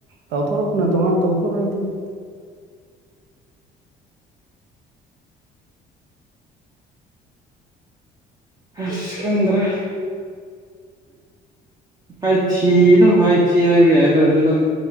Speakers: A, on the right; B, on the right.
A: ꯇꯥꯎꯊꯣꯔꯛꯄꯅ ꯇꯣꯉꯥꯟꯅ ꯇꯧꯊꯣꯔꯛꯏꯗ ꯍꯥꯏ <inaudible>
B: ꯈꯁꯀꯗ꯭ꯔ ꯍꯥꯏꯁꯤ ꯑꯗꯨꯝ ꯍꯥꯏꯁꯤꯤ ꯍꯥꯏꯕ ꯌꯥꯏꯗ ꯑꯣꯏꯔꯁꯨ ꯑꯗꯨꯝ